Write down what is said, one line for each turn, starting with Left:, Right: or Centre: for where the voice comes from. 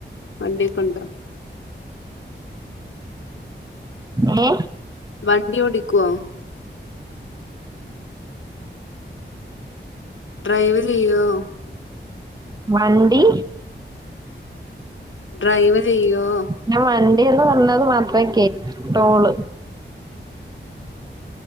Left: വണ്ടിക്കെ ഉണ്ടോ
Right: ഏഹ
Left: വണ്ടി ഓടിക്കോ? ഡ്രൈവ് ചെയ്വോ
Right: വണ്ടി.
Left: ഡ്രൈവ് ചെയ്യോ
Right: ഞാ വണ്ടീന്ന് പറഞ്ഞത് മാത്രേ കേട്ടോള്ള്